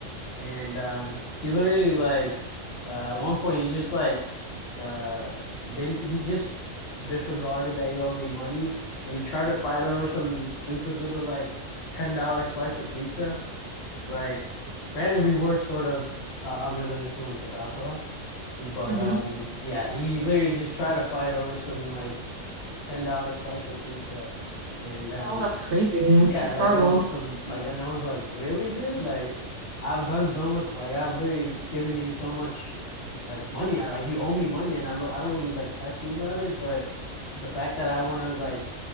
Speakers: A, on the left; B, on the right.
A: And um he literally like uh, at one point, he just like uh, then he just disregarded that he owed me money, and he tried to fight over some stupid little like ten dollar slice of pizza. Like, granted, we were sort of uh, under the influence of alcohol, but
B: Mm-hmm.
A: um, yeah, he literally just tried to fight over some like ten dollar slice of pizza, and um.
B: Oh, that's crazy.
A: Yeah,
B: That's
A: like
B: horrible.
A: over some like and I was like, "Really, dude? Like I've done so much like I've literally given you so much like money. I like you owe me money and I'm I don't really like press you about it, but the fact that I want to like